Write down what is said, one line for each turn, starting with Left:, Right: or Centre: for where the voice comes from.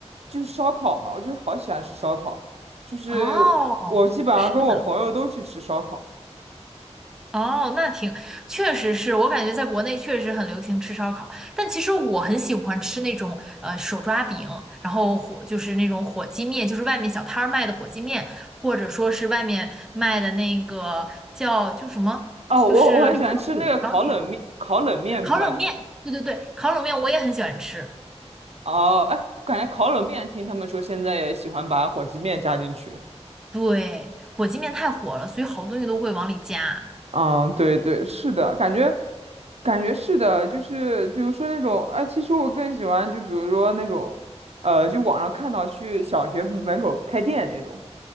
Right: 就是烧烤嘛，我就好喜欢吃烧烤，就是我我基本上跟我朋友都去吃烧烤。
Centre: 哦，是的，哦，那挺，确实是我感觉在国内确实很流行吃烧烤，但其实我很喜欢吃那种呃手抓饼，然后火就是那种火鸡面，就是外面小摊儿卖的火鸡面，或者说是外面卖的那个叫就什么
Right: 哦，我我很喜欢吃那个烤冷面，
Centre: 驴肉火烧那种
Right: 烤冷面不知道你
Centre: 烤冷面，对对对，烤冷面我也很喜欢吃，
Right: 哦，哎，感觉烤冷面听他们说现在也喜欢把火鸡面加进去。
Centre: 对，火鸡面太火了，所以好多东西都会往里加。
Right: 嗯，对对，是的，感觉，感觉是的，就是比如说那种，哎，其实我更喜欢，就比如说那种，呃，就网上看到去小学门口开店那种，